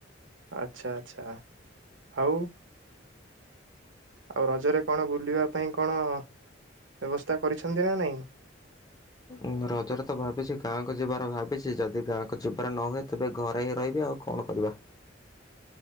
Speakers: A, on the right; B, on the left.
A: ଆଚଛା ଆଚ୍ଛା ଆଉ ଆଉ ରଜରେ କଣ ବୁଲିବା ପାଇଁ କଣ ବ୍ୟବସ୍ଥା କରିଛନ୍ତି ନା ନାଇଁ?
B: ମୁଁ ରଜରେ ତ ଭାବିଛି ଗାଁକୁ ଯିବାର ଭାବିଛି ଯଦି ଗାଁକୁ ଯିବାର ନ ହୁଏ ତେବେ ଘରେ ହିଁ ରହିବି ଆଉ କଣରିବ।